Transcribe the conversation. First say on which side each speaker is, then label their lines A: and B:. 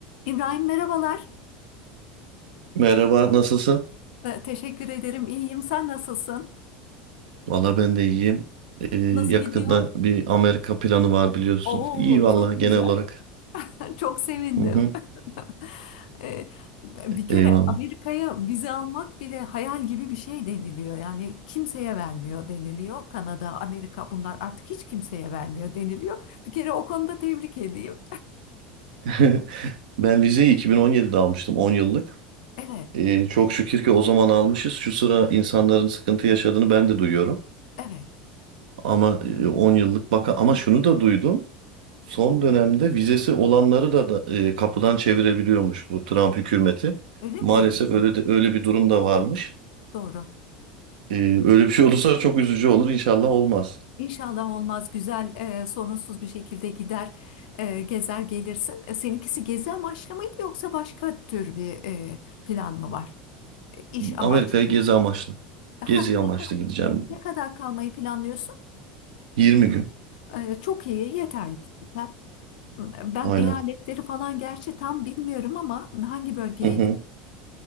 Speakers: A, on the left; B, on the right.
A: İbrahim merhabalar.
B: Merhaba, nasılsın?
A: Ee, teşekkür ederim. İyiyim. Sen nasılsın?
B: Valla ben de iyiyim. Ee, yakında
A: Nasıl gidiyor?
B: bir Amerika planı var biliyorsun.
A: Oo
B: İyi valla
A: çok
B: genel
A: güzel.
B: olarak.
A: <laughs> Çok sevindim.
B: Hı hı,
A: <laughs> Ee, bir kere
B: eyvallah.
A: Amerika'ya vize almak bile hayal gibi bir şey deniliyor. Yani kimseye vermiyor deniliyor. Kanada, Amerika bunlar artık hiç kimseye vermiyor deniliyor. Bir kere o konuda tebrik edeyim.
B: <laughs> Ben vizeyi 2017'de almıştım, 10 yıllık.
A: Evet,
B: Ee, çok şükür ki o zaman almışız. Şu sıra insanların sıkıntı yaşadığını ben de duyuyorum.
A: evet.
B: Ama e, 10 yıllık baka ama şunu da duydum. Son dönemde vizesi olanları da, da e, kapıdan çevirebiliyormuş bu Trump hükümeti.
A: Öyle
B: Maalesef
A: mi?
B: öyle
A: Evet,
B: de, öyle bir durum da varmış.
A: evet. Doğru.
B: Ee, öyle bir şey olursa çok üzücü olur. İnşallah olmaz.
A: İnşallah olmaz güzel e, sorunsuz bir şekilde gider e, gezer gelirsin. E, seninkisi gezi amaçlı mıydı yoksa başka tür bir e, plan mı var? E, İş amaçlı.
B: Amerika'ya gezi amaçlı.
A: Ha,
B: Gezi
A: ne,
B: amaçlı
A: ka-
B: gideceğim.
A: ne kadar kalmayı planlıyorsun?
B: 20 gün.
A: E, çok iyi yeterli zaten. Ben
B: Aynen.
A: eyaletleri falan gerçi tam bilmiyorum ama hangi bölgeye
B: Hı hı.